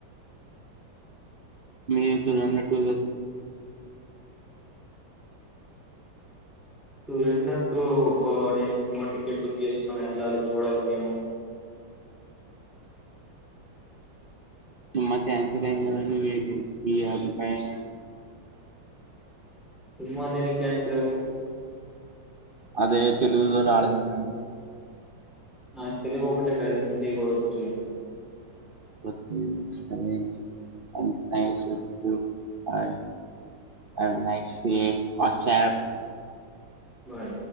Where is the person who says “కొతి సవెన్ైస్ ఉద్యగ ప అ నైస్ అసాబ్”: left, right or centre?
Right